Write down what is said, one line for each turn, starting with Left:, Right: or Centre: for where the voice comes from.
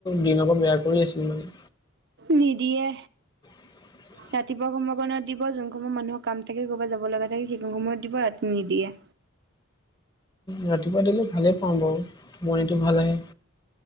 Left: দিনৰ পৰা বেয়া কৰি আছিল মানে।
Right: নিদিয়ে।
Left: <inaudible>
Right: ৰাতিপুৱা সময় কণত দিব যোন সময় মানুহৰ কাম থাকে ক'ৰবাত যাব লগা থাকে সেইখন সময়ত দিব, ৰাতি নিদিয়ে।
Left: ৰাতিপুৱা দিলে ভালেই পাওঁ বাৰু, মৰ্ণিংটো ভাল আহে।